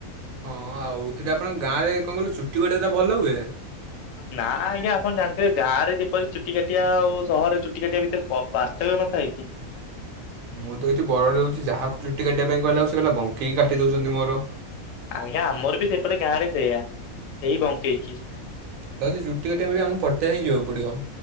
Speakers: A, on the right; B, on the left.
A: ହଁ ଆଉ ସେଇଠି ଆପଣଙ୍କ ଗାଁରେ କଣ କହିଲ ଚୁଟି କଟା ତ ଭଲ ହୁଏ
B: ନା ଆଜ୍ଞା ଆପଣ ଜାଣିଥିବେ ଗାଁରେ ଯେପରି ଚୁଟି କାଟିବା ଆଉ ସହରରେ ଚୁଟି କାଟିବା ଭିତରେ ପାର୍ଥବ୍ୟ ନଥାାଇ କି?
A: ମୁଁ ତ ଏଠି ବଡ ରହୁଛି ଯାହାକୁ ଚୁଟି କାଟିବା ପାଇଁ କହିଲ ସେ କହିଲ ବଙ୍କିକି କାଟି ଦେଉଛନ୍ତି ମୋର।
B: ଆଜ୍ଞା ଆମର ବି ସେପଟେ ଗାଁ ରେ ସେଇଆା ସେଇି ବଙ୍କେଇକି।
A: ହଉ ସେ ଚୁଟି କାଟିବା ଆମ ପଟିଆ ହିଁ ଯିବା ପଡିବ।